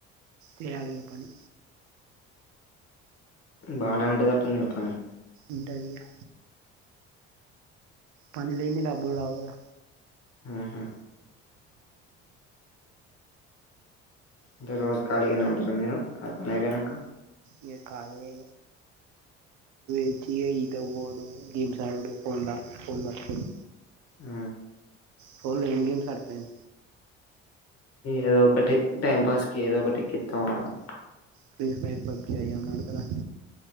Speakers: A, on the right; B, on the left.
A: చేయాలిగా పని
B: బాగానే ఉంటది చిన్నగ పని
A: ఉంటదిగా పని లేంది డబ్బులు రావు కదా
B: ఆహా అంటే రోజు ఖాళీగానే ఉంటర. మీరు నట్లు అయిపోయినాక
A: ఇగ ఖాళీయే ఇగ <unintelligible> ఈత బోవుడు గేమ్స్ ఆడుడు ఫోన్లా ఫోన్ <unintelligible>
B: ఆ
A: ఫోన్లో ఎం గేమ్స్ ఆడుతారు ఎం
B: ఏదో ఒకటి టైంపాస్ కి ఏదో ఒకటి నికిత్తం ఆడత
A: ఫ్రీ ఫైర్ పబ్జి అయ్యి ఏమన్నాడుతరా